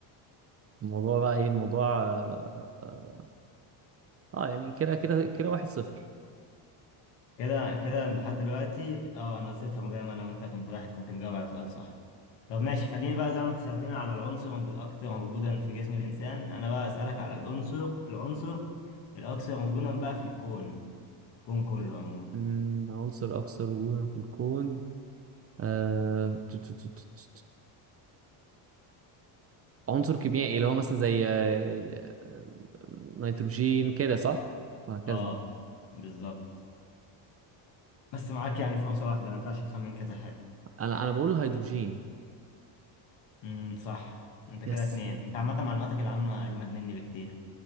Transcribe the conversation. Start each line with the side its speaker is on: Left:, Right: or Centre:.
Right: الموضوع بقى ايه الموضوع اه, آه آه، يعني كده كده كده واحد صفر
Left: كده كده لحد دلوقتي اه انا صفر زي ما انا وانت كنت واحد كنت مجاوب على سؤال صح طب ماشي خليني بقى زي ما انت سألتني على العنصر الأكثر وجودا في جسم الإنسان أنا بقى أسألك على العنصر العنصر الأكثر وجودا بقى في الكون الكون كله عموما
Right: أمم، عنصر أكثر وجودا في الكون آه، ت- ت- ت- ت- ت- عنصر كيميائي اللي هو مثلا زي آه، ال- آه، نيتروجين كده صح؟ وهكذا
Left: اه بالظبط بس معاك يعني فرصة واحدة ما ينفعش تخمن كذا حاجة
Right: انا انا بقول الهيدروجين
Left: امم صح انت كده
Right: يس
Left: اتنين انت عامة معلوماتك العامة أجمد مني بكتير